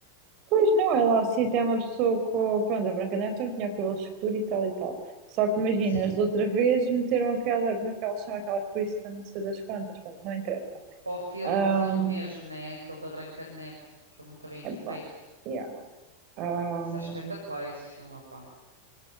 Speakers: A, on the right; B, on the right.
A: Pois não, ela assim tem uma pessoa com. Pronto, a Branca Neve também tinha o cabelo escuro e tal e tal. Só que imaginas,
B: Sim.
A: de outra vez meteram aquela. Como é que elas chamam? Aquela Kristen, não sei das quantas. Pronto, não interessa.
B: Para o filme,
A: Ahm,
B: filme mesmo, né? É Aquele da Branca de Neve. Aquele muito bem feito.
A: epá, yeah. Ahm,
B: Isso é espetacular, esse filme, opá.